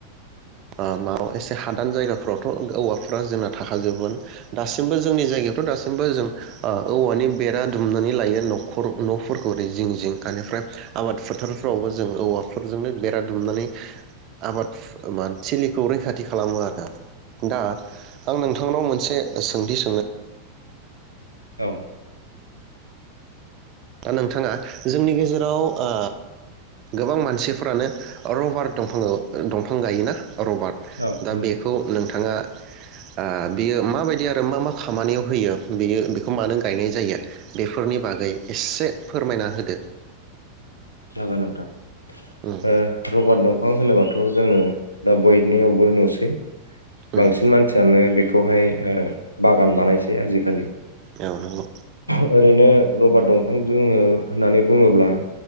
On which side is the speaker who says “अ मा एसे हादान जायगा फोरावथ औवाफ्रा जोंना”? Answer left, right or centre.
Right